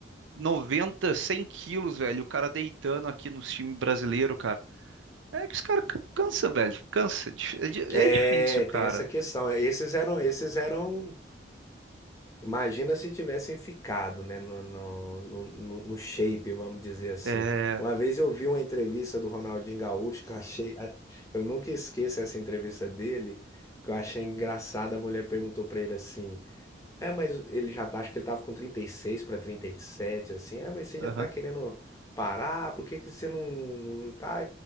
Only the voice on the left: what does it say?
É,
tem essa questão. Esses eram, esses eram. Imagina se tivessem ficado, né, no, no, no, no- no shape, vamos dizer assim.
Uma vez eu vi uma entrevista do Ronaldinho Gaúcho que eu achei. a- Eu nunca esqueço essa entrevista dele, que eu achei engraçada. A mulher perguntou pra ele assim: É, mas ele já tá, acho que ele tava com 36 para sete, assim. É, mas você
já tá querendo parar? Por que que você não, não, não tá?